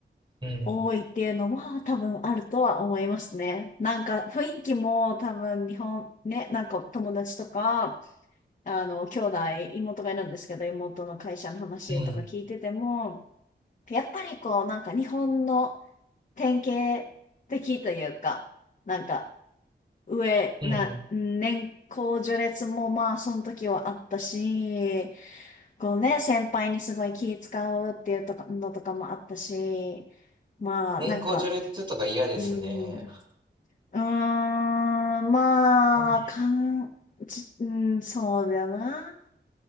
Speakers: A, on the right; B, on the left.
A: うん
B: 多いっていうのは多分あるとは思いますね。なんか雰囲気も多分日本ね、なんか友達とか、あの、兄弟、妹がいるんですけど、妹の会社の話とか聞いてても、
A: うん、
B: やっぱりこう、なんか日本の典型的というか、なんか、上、
A: うん。
B: な、年功序列もまあ、その時はあったし、こうね、先輩にすごい気使うっていうとか、のとかもあったし、まあ、
A: 年功序列とか嫌ですね。
B: なんか、うん、うーん、まあ、
A: あん、うん
B: かん、ち、うん、そうだよな。